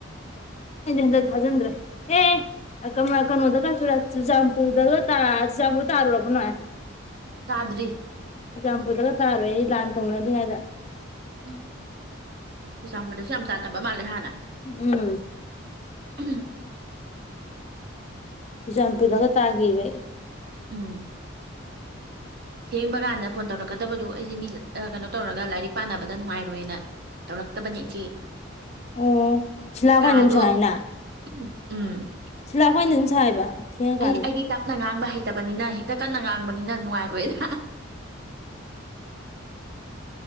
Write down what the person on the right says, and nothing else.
ꯇꯥꯗ꯭ꯔꯤ
ꯎꯝ ꯆꯨꯔꯆꯄꯗꯁꯨ ꯌꯥꯝ ꯆꯥꯟꯅꯕ ꯃꯕ ꯃꯥꯜꯦ ꯍꯥꯟꯅ
ꯎꯝ
ꯎꯝ ꯊꯦꯡꯕ ꯀꯥꯟꯗ ꯐꯣꯟ ꯇꯧꯔꯛꯀꯗꯕꯗꯣ ꯑꯩꯁꯦ ꯃꯤ ꯀꯩꯅꯣ ꯇꯧꯔꯒ ꯂꯥꯏꯔꯤꯛ ꯄꯥꯅꯕꯗ ꯅꯨꯡꯉꯥꯏꯔꯣꯏꯅ ꯇꯧꯔꯛꯇꯕꯅꯦ ꯏꯆꯦ
ꯀꯥꯗꯣ
ꯎꯝ
ꯑꯩꯗꯤ ꯑꯩꯗꯤ ꯇꯞꯅ ꯉꯥꯡꯕ ꯍꯥꯏ ꯇꯕꯅꯤꯅ ꯍꯦꯛꯇ ꯀꯟꯅ ꯉꯥꯡꯕ ꯅ ꯅꯨꯡꯉꯥꯏꯔꯣꯏꯗ